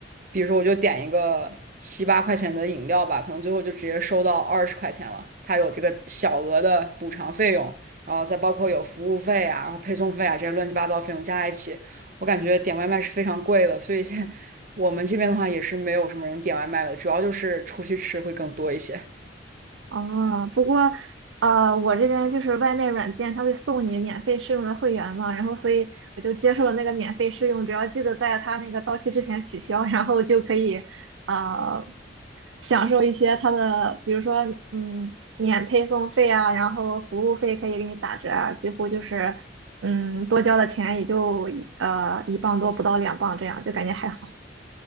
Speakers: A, on the right; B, on the right.
A: 比如说我就点一个七八块钱的饮料吧，可能最后就直接收到二十块钱了，它有这个小额的补偿费用。然后再包括有服务费啊，然后配送费啊这些乱七八糟费用加在一起，我感觉点外卖是非常贵的，所以现在我们这边的话也是没有什么人点外卖的，主要就是出去吃会更多一些。
B: 哦，不过，呃，我这边就是外卖软件，它会送你免费试用的会员嘛，然后所以我就接受了那个免费试用，只要记得在它那个到期之前取消，然后就可以，呃，享受一些它的，比如说，嗯，免配送费啊，然后服务费可以给你打折啊，几乎就是，嗯，多交的钱也就一呃一磅多不到两磅这样，就感觉还好。